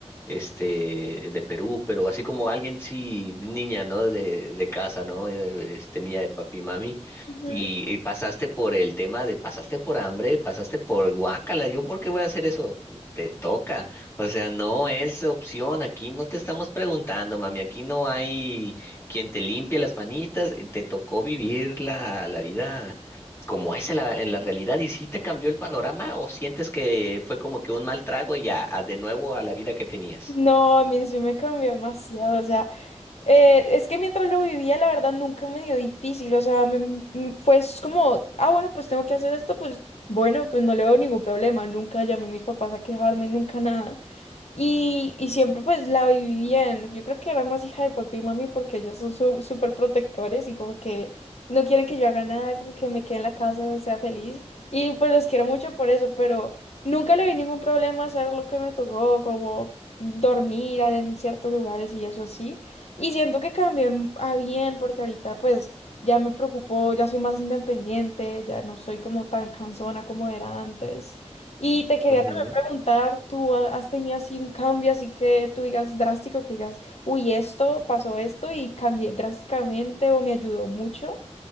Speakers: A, on the left; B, on the left.
A: este de Perú, pero así como alguien sí, niña, ¿no? De, de casa, ¿no? Eh, Este niña de papi mami.
B: Ujú.
A: Y, y pasaste por el tema de pasaste por hambre, pasaste por guácala, ¿yo por qué voy a hacer eso? Te toca. O sea, no es opción. Aquí no te estamos preguntando, mami. Aquí no hay quien te limpie las manitas. y Te tocó vivir la, la vida como es en la, en la realidad. ¿Y si te cambió el panorama o sientes que fue como que un mal trago y ya a de nuevo a la vida que tenías?
B: no, a mí sí me cambió demasiado, o sea, Eh, es que mientras lo vivía, la verdad, nunca me dio difícil, o sea, me, mm, fue es como, ah, bueno, pues tengo que hacer esto, pues bueno, pues no le veo ningún problema, nunca llamé a mis papás a quejarme, nunca nada. Y, y siempre pues la viví bien, yo creo que era más hija de papi y mami porque ellos son su- súper protectores y como que no quieren que yo haga nada, como que me quede en la casa, sea feliz. Y pues los quiero mucho por eso, pero nunca le vi ningún problema hacer lo que me tocó, como dormir en ciertos lugares y eso así. Y siento que cambié m- a bien porque ahorita pues ya me preocupo, ya soy más independiente, ya no soy como tan cansona como era antes. Y te quería
A: Ujú,
B: también preguntar, ¿tú ha- has tenido así un cambio así que tú digas drástico, que digas, uy, esto, pasó esto y cambié drásticamente o me ayudó mucho?